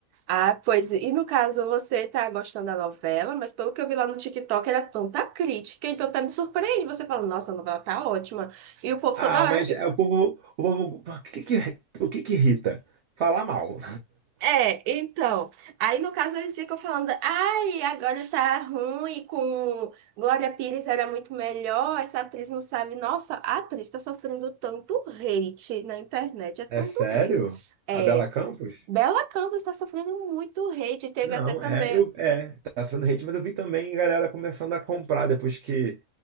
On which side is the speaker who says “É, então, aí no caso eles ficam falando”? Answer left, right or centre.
Right